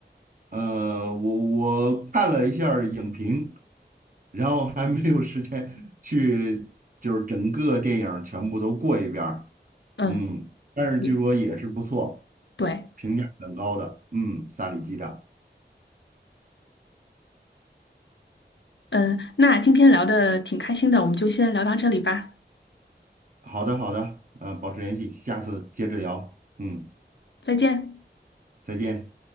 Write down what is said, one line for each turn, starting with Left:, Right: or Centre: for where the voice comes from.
Right: 呃，我我看了一下儿影评，然后还没有时间去，就是整个电影儿全部都过一遍儿
Left: 嗯，
Right: 嗯，但是据说也是不错，
Left: 你对，
Right: 评价很高的。嗯，萨里机长。
Left: 嗯，那今天聊的挺开心的，我们就先聊到这里吧，
Right: 好的，好的，呃，保持联系，下次接着聊。嗯，
Left: 再见。
Right: 再见。